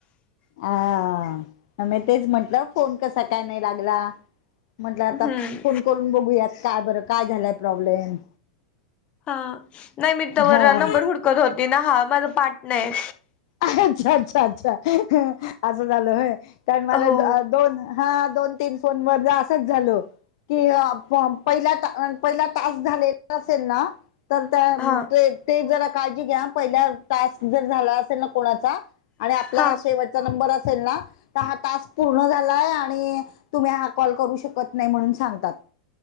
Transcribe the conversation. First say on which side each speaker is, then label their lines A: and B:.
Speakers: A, on the left; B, on the left.
A: हा मी तेच म्हंटलं फोन कसा काय नाही लागला. म्हंटलं आता
B: हम्म
A: फोन करून बघूयात काय बरं काय झालाय प्रॉब्लेम.
B: हा नाही मी तवर
A: हा
B: नंबर हुडकत होती ना हा माझं पाठ नाय.
A: अच्छा, अच्छा, अच्छा ह असं झालं होय कारण माझ्या
B: हो.
A: दोन हा दोन, तीन फोन वरलं असच झाल. कि अं फॉर्म पहिला टा पहिला टास्क झालेला असेल ना. तर त्या
B: हा
A: ते ते जरा काळजी घ्या हं पहिला टास्क जर झाला असेल ना कोणाचा आणि आपला
B: हा
A: शेवटचा नंबर असेल ना. तर हा तास्क पूर्ण झालाय आणि तुम्ही हा कॉल करू शकत नाही म्हणून सांगतात.